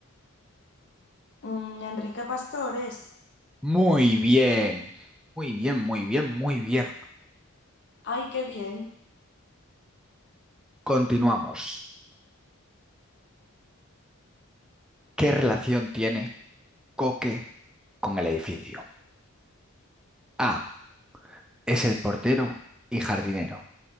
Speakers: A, on the left; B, in the centre.
A: Mm, Enrique Pastores.
B: Muy bien. Muy bien, muy bien, muy bien.
A: Ay, qué bien.
B: Continuamos. ¿Qué relación tiene Coque con el edificio? A. Es el portero y jardinero.